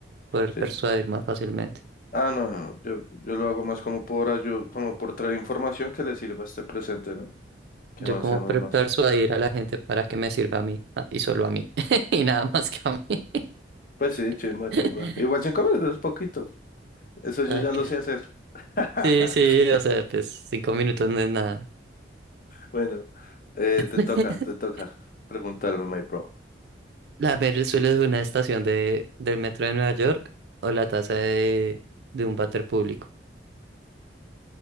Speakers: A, on the right; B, on the left.
A: poder
B: Sí,
A: persuadir
B: sí.
A: más fácilmente.
B: Ah, no, no, yo, yo lo hago más como por ayu- como por traer información que le sirva a este presente, ¿no? Que
A: Yo
B: avancemos
A: como per-
B: más.
A: persuadir a la gente para que me sirva a mí ah, y solo a mí <laughs> y nada más que a mí.
B: Pues sí, chimba,
A: <laughs>
B: chimba. Igual cinco minutos es poquito. Eso yo
A: Ok.
B: ya lo sé hacer. <laughs>
A: Sí, sí, o sea, pues cinco minutos no es nada.
B: Bueno, eh,
A: <laughs>
B: te toca, te toca preguntarme, my bro.
A: La ver el suelo de una estación de, del metro de Nueva York o la taza de, de un váter público.